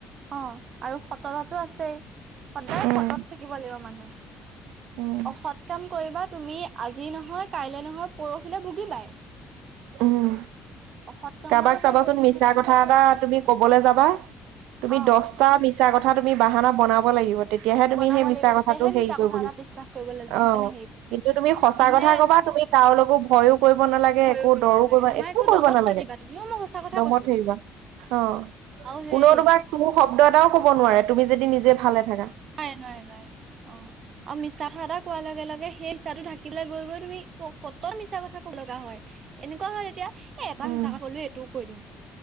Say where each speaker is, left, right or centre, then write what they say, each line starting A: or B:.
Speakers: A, on the right; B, on the right.
A: অ আৰু সততাতটো আছেই সদায়
B: উম,
A: সতত থাকিব লাগিব মানুহ
B: উম,
A: অসৎ এক কাম কৰিবা তুমি আজি নহয় কাইলৈ নহয় পৰহিলৈ ভুগি পাই
B: উম
A: অসৎ কামৰ
B: কাৰোবাক
A: সেই
B: চাবাচোন
A: প্ৰতিশোধটো
B: মিছা কথা
A: লবই
B: এটা তুমি কবলৈ যাবা তুমি
A: অ
B: দহ এটা মিছা কথা তুমি বাহানা বনাব লাগিব তেতিয়া তেতিয়াহে তুমি
A: বনাব
B: সেই মিছা
A: লাগিব তেতিয়াহে
B: কথাটো হেৰি
A: মিছা
B: কৰিব
A: কথা এটা
B: লাগিব
A: বিশ্বাস কৰিবলৈ
B: অ
A: মানে হেৰি কৰিব পাৰে
B: কিন্তু তুমি সঁচা
A: মানুহে
B: কথা ক'বা তুমি তেওঁলকো ভয়ো কৰিব নালাগে একো
A: ভয়ো কৰিব
B: দৰো
A: নালাগে
B: কৰিবা
A: তোমাৰ
B: একো কৰিব
A: দমত
B: নালাগে
A: থাকিবা তুমি অ মই সঁচা কথা
B: দমত
A: কৈছো
B: থৰিবা অ
A: আৰু হেৰি
B: কোনেও তোমাৰ কোনো শব্দ এটাও কব নোৱাৰে তুমি যদি নিজে ভালে থাকা
A: নাৰে নোৱাৰে নোৱাৰে অ আৰু মিছাঠা এটা কোৱাৰ লগে লগে সেইাহটো ঢাকি লৈ গৈ গৈ তুমি কটৰ মিছা কথা ক'ব লগা হয় এনেকুৱা হয় তেতিয়া এ এপাৰ
B: উম
A: মিছা কথাল এইটোও কৈ দিওঁ